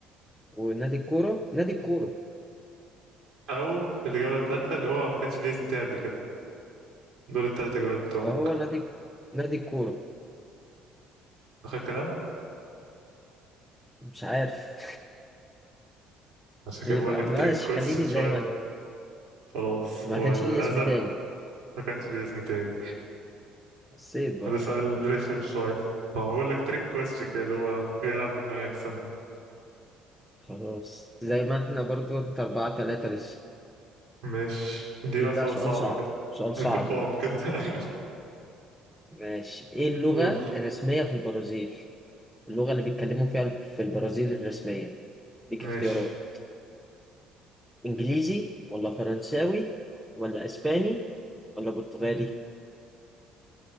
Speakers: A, in the centre; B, on the right.
A: ونادي الكورة نادي الكورة
B: أو الإجابة التالتة اللي هو ما كانش ليه اسم تاني قبل كده دول التلات إجابات بتوعك
A: يبقى هو نادي نادي الكورة
B: آخر كلام
A: مش عارف <laughs>
B: عشان كده
A: يبقى
B: بقول لك
A: ماشي
B: تريك كويستشن
A: خليني
B: شوية
A: زي ما انا
B: خلاص
A: ما
B: هو
A: كانش
B: للأسف
A: ليه اسم تاني
B: ما كانش ليه اسم تاني
A: حسيت برضه
B: هذا سؤال رخم شوية هو بقول لك تريك كويستشن كده
A: ماشي
B: اللي هو بيلعب بدماغك سن
A: خلاص زي ما احنا برضه انت أربعة تلاتة لسه
B: ماشي دي
A: ديك
B: بقى سؤال
A: بقى سؤال
B: صعب
A: صعب
B: كده
A: سؤال
B: انتقام
A: صعب بقى
B: كده <laughs> ايوه
A: ماشي ايه اللغة
B: قول
A: الرسمية في البرازيل اللغة اللي بيتكلموا فيها في البرازيل الرسمية ليك
B: ماشي
A: اختيارات انجليزي ولا فرنساوي ولا اسباني ولا برتغالي